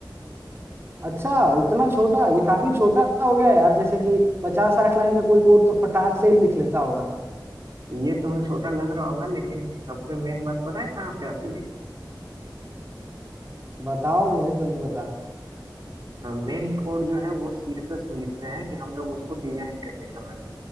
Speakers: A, on the right (about 30°); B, on the right (about 60°).
A: अच्छा इतना छोटा ये काफी छोटा हो गया यार जैसे कि पचास साठ लाइन का कोई कोड तो फटाक से ही लिख लेता होगा
B: ये तुम्हें छोटा लग रहा होगा लेकिन सबसे मेन बात पता है कहाँ पे आती है
A: बताओ मुझे तो नहीं पता
B: मेन कोड जो है वो CSS में लिखते हैं कि हम लोग उसको डिजाइन कैसे कर रहे हैं